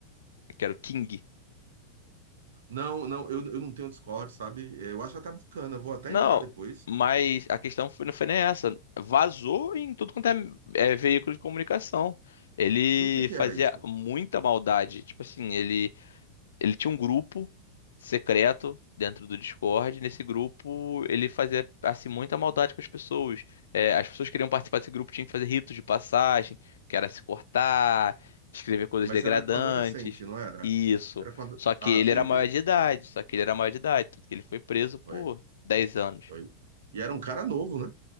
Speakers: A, on the left; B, on the right.
A: Que era o King.
B: Não, não, eu, eu não tenho Discord, sabe? É, Eu acho até bacana, vou até
A: Não,
B: entrar depois.
A: mas a questão foi- não foi nem essa. Vazou em tudo quanto é, é veículo de comunicação. Ele
B: E o que que
A: fazia
B: era isso?
A: muita maldade. Tipo assim, ele, ele tinha um grupo secreto dentro do Discord. Nesse grupo, ele fazia assim muita maldade com as pessoas. É, as pessoas que queriam participar desse grupo, tinham que fazer ritos de passagem, que era se cortar, escrever coisas
B: Mas
A: degradantes.
B: era com adolescente, não era?
A: Isso.
B: Era quando.
A: Só que
B: Ah,
A: ele
B: veio,
A: era maior
B: veio,
A: de idade.
B: veio.
A: Só que ele era maior de idade, tanto que ele foi preso por
B: Foi,
A: 10 anos.
B: foi. E era um cara novo, né?